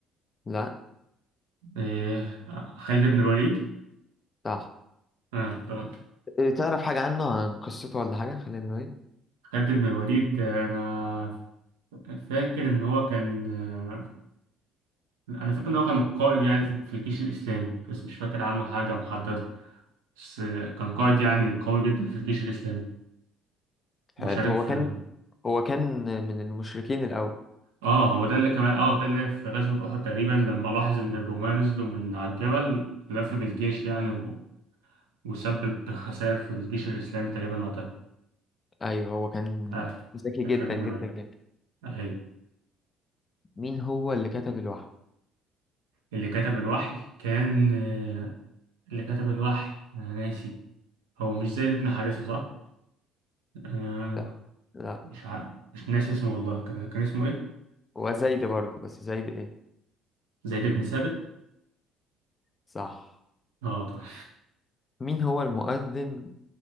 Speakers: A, on the left; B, on the right.
A: لا
B: آه خالد بن الوليد
A: صح
B: اه طبعا
A: آه، تعرف حاجة عنه عن قصته ولا حاجة؟ خلينا نقول
B: خالد بن الوليد آه، انا فاكر ان هو كان آه، انا فاكر ان هو كان قائد يعني في في الجيش الاسلامي بس مش فاكر عنه حاجه محدده بس آه، كان قائد يعني قوي جدا في الجيش الاسلامي
A: حلو
B: وشارك
A: هو
B: في
A: كان هو كان من المشركين الأول
B: اه هو ده اللي كمان اه ده اللي في غزوة أحد تقريبا لما لاحظ إن الرومان نزلوا من على الجبل لف بالجيش يعني و... وسبب خسائر في الجيش الإسلامي تقريبا وقتها
A: أيوه هو كان
B: آه.
A: ذكي
B: كان
A: جدا
B: خالد بن
A: جدا
B: الوليد
A: جدا
B: أهي
A: مين هو اللي كتب الوحي؟
B: اللي كتب الوحي كان آه، اللي كتب الوحي أنا ناسي هو مش زيد بن حارثة صح؟ آه
A: لا لا
B: مش ع... مش ناسي اسمه والله كان كان اسمه إيه؟
A: هو زيد برضه بس زيد إيه؟
B: زيد بن ثابت
A: صح
B: اه طبعا
A: مين هو المؤذن